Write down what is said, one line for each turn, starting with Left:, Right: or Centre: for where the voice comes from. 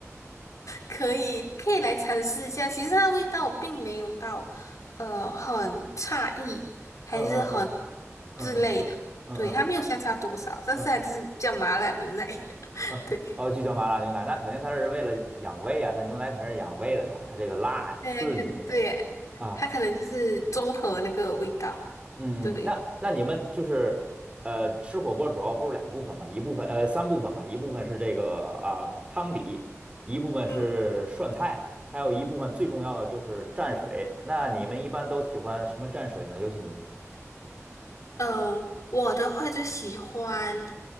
Left: 可以，你可以来尝试一下。其实它的味道并没有到，呃，很差异，还是很
Right: 嗯嗯嗯嗯嗯嗯嗯嗯
Left: 之类的。对，它没有相差多少，但是它就是叫麻辣牛奶。
Right: 嗯，
Left: <laughs>
Right: 嗯哦，
Left: 对，
Right: 就叫麻辣牛奶，那肯定它是为了养胃啊，它牛奶肯定是养胃的呀，它这个辣呀，
Left: 对啊，
Right: 刺激你
Left: 可能对耶，
Right: 啊。
Left: 它可能就是综合那个味道。
Right: 嗯嗯，
Left: 对，
Right: 那那你们就是呃吃火锅主要不是两部分嘛，一部分呃三部分吧，一部分是这个啊、汤底，一部分是涮菜，
Left: 嗯，
Right: 还有一部分最重要的就是蘸水。那你们一般都喜欢什么蘸水呢？尤其你。
Left: 呃，我的话就喜欢，